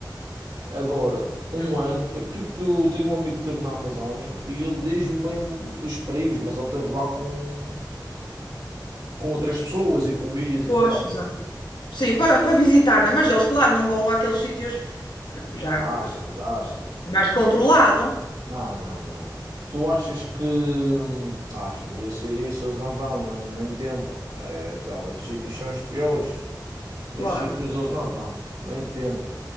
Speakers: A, on the right (about 80°); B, on the left (about 80°).
A: Agora, um
B: É verdade.
A: ano, é porque é que eu tenho um amigo que esteve na Amazónia e ele diz mesmo dos perigos, mas ele esteve lá com, com outras pessoas e com guias e
B: Pois,
A: tal.
B: exato. Sim, para, para visitar, não é? Mas eles, claro, não vão àqueles sítios já.
A: Achas,
B: eh,
A: achas?
B: Mais controlado,
A: Não, não, não, não. Tu achas que. hum, Achas, esses isso eles não vão, não, nem tentam. É, então, esses sítios são os piores.
B: claro.
A: Esses sítios eles não vão, nem tentam.